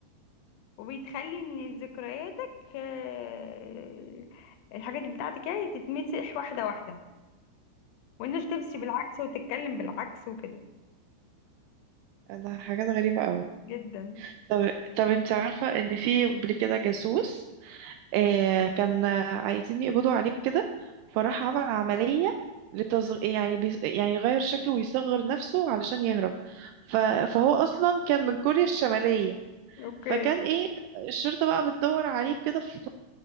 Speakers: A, on the left; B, on the right.
A: وبتخلي ان ذكرياتك آه، الحاجات اللي بتاعتك يعني تتمسح واحدة واحدة وانك تمشي بالعكس وتتكلم بالعكس وكده
B: ده حاجات غريبة قوي
A: جدا
B: طب طب انت عارفة ان في قبل كده جاسوس آه كان آه، عايزين يقبضوا عليه كده فراح عمل عملية لتصغ... يعني بي... يعني يغير شكله ويصغر نفسه علشان يهرب ف... فهو اصلا كان من كوريا الشمالية
A: اوكي
B: فكان ايه الشرطة بقى بتدور عليه كده في